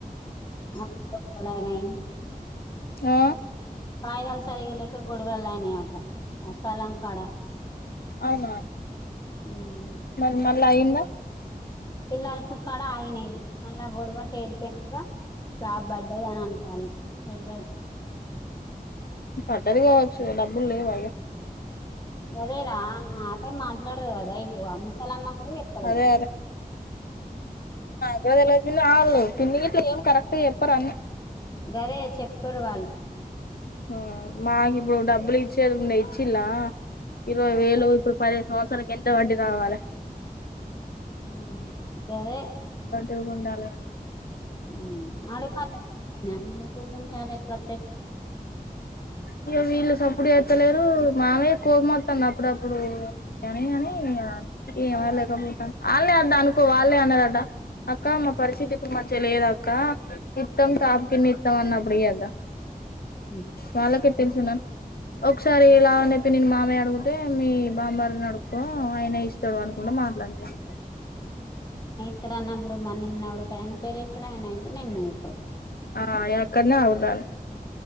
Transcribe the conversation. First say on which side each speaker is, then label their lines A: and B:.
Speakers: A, on the left; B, on the left.
A: ఆపలా నై
B: ఆ
A: కాయిదాలు సరిగలేక గొడవలు అయినాయట అ స్థలంకాడా
B: అవునా
A: ఉమ్
B: మరి మళ్ళా అయి్యిందా
A: పిల్రసు క్కాడ కూడా ఆగినాయి ఇలా గొడవ తేలిపోయినుగా షాప్ పడ్డది అని అ పల్ హల్వల్
B: పడ్డది కావచ్చు డబ్బులు లేవ ఇగ
A: అదే రా అన్ మాట మాట్లాడరు కదా ఇప్ ఓ ఆ ముసాలమ్మా కూడా చేపల్లేదు
B: అదే ఇకా తెలవదా పిన్ని వాళ్ళు పిన్ని గిట్ల ఏం కరెక్ట్ చెప్పరని
A: గదే చెప్పరు వాళ్ళు
B: ఉమ్ మాకు ఇప్పుడు డబ్బులు ఇచ్చేది ఉండ ఇచ్చిలా ఇరవై వేలు ఇప్పుడు పదిహేదు సంవత్సరాలనికి ఎంత వడ్డీ కావాలి
A: ఉమ్ గదే
B: ఎరుగుండల్ కద్
A: ఉమ్ అడగపట్ల ఊరుకుంటే ఎట్లా వస్తాయి
B: ఇయ్యో వీళ్ళు సప్పుడు ఎత్తలేరు మామయ్య కోపం వస్తోంది అప్పుడప్పుడు గానే గని ఇంక ఏమ లేకపోతాం వాళ్ళే అద్ద అనుకో వాళ్ళే అన్నారట అక్క మా పరిస్థితి ఇప్పుడు మంచిగా లేద అక్క ఇత్తం కాపు కిన్ని ఇస్తాం అన్నప్పుడు ఇయ్యద
A: అవు
B: వాళ్ళకే తెలుసు నప్ ఒకసారి ఇలా అన్ చొప్పి నేను మామయ్య అడిగితే మీ బామ్మర్దిని అడుకో ఆయన ఇస్తాడు అనుకుంటూ మాట్లాడినార్
A: ఇతడ్ అన్నప్పుడు మరి నిన్ నడువ్ తయినపేర్ చోపిన అయినతే నినయ్
B: ఆ యక్కనే అవుతాని